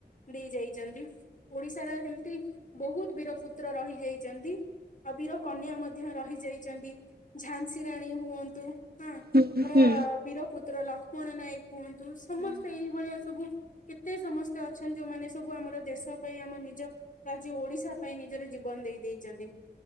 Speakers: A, on the left (about 45°); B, on the right (about 60°).
A: ଦେଇ ଯାଇଛନ୍ତି ଓଡିଶାର ଯେମିତି ବହୁତ ବୀରପୁତ୍ର ରହିଯାଇଛନ୍ତି। ଅବିର କନ୍ୟା ମଧ୍ୟ ରହିଯାଇଛନ୍ତି ଝାନ୍ସୀ ରାଣୀ ହୁଅନ୍ତୁ। ହଁ
B: ହୁଁ
A: ମୋର
B: ହୁଁ
A: ବୀରପୁତ୍ର ଲକ୍ଷ୍ମଣ ନାୟକ ହୁଅନ୍ତୁ। ସମସ୍ତେ
B: ହୁଁ।
A: ଏଇଭଳିଆ ସବୁ କେତେ ସମସ୍ତେ ଅଛନ୍ତି ଯୋଉମାନେ ସବୁ ଆମର ଦେଶ ପାଇଁ ଆମ ନିଜ ରାଜ୍ୟ ଓଡିଶା ପାଇଁ ନିଜର ଜୀବନ ଦେଇ ଦେଇେଇଛନ୍ତି